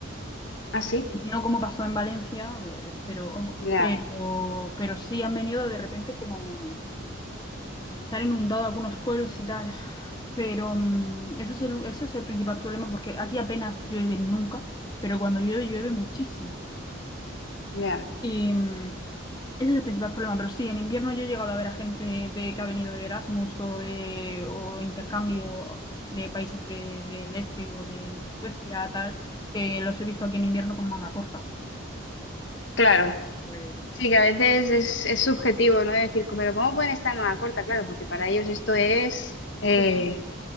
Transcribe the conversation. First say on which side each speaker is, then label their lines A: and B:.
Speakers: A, on the left; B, on the left.
A: ¿Ah, sí?
B: No como pasó en Valencia, eh, pero,
A: Ya,
B: pero, pero sí han venido de repente como se han inundado algunos pueblos y tal. Pero mm, eso es el, eso es el principal problema porque aquí apenas llueve nunca, pero cuando llueve, llueve muchísimo.
A: ya.
B: Y mm, ese es el principal problema, pero sí, en invierno yo he llegado a ver a gente de, que ha venido de Erasmus o de o intercambio de países de- del este o de Suecia, tal, que los he visto aquí en invierno con manga corta.
A: Claro.
B: Vale.
A: Sí, que a veces es, es subjetivo, ¿no? Decir, pero ¿cómo pueden estar en una corta? Claro, porque para ellos esto es eh,
B: Sí, sí,